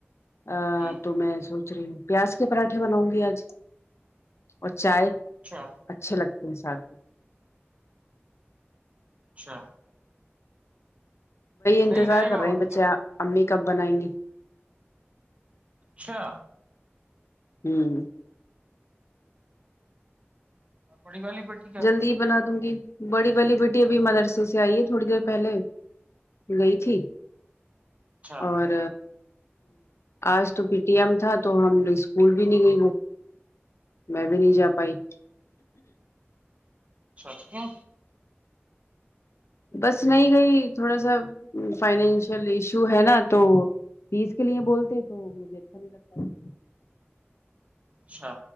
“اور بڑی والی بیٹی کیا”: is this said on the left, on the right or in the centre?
Right